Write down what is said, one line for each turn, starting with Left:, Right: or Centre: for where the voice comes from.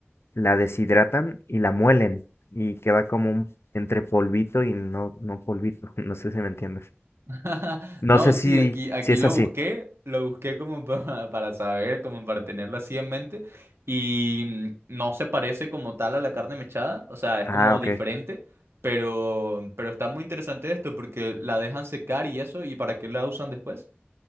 Left: la deshidratan y la muelen y queda como un, entre polvito y no, no polvito, <laughs> no sé si me entiendes.
Right: <laughs> No,
Left: No sé
Right: sí,
Left: si,
Right: aquí, aquí
Left: si es
Right: lo
Left: así.
Right: busqué, lo busqué como <laughs> pa- para saber, como para tenerlo así en mente. Y mm, no se parece como tal a la carne mechada, o sea, es
Left: Ah,
Right: como
Left: ok.
Right: diferente, pero, pero está muy interesante esto porque la dejan secar y eso, ¿y para qué la usan después?